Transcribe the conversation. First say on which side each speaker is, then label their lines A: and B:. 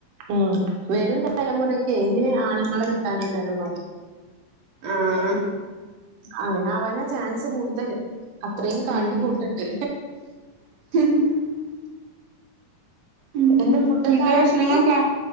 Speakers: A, on the right; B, on the right.
A: ഉം വരും തലമുറക്ക് ക്കെ ഇങ്ങനെ ആണുങ്ങള് കിട്ടാനെകാര്യം പണി
B: ആഹ്.
A: അങ്ങനെ ആവാനാ ചാൻസ് കൂടുതല് അത്രയും കാട്ടിക്കൂട്ടണ്ട്
B: ഉം <unintelligible> ഉം
A: എന്റെ ഫുഡൊക്കെ
B: വീട്ടിലെ
A: ആയോ
B: ഭക്ഷണങ്ങളൊക്കെ
A: പിന്നെ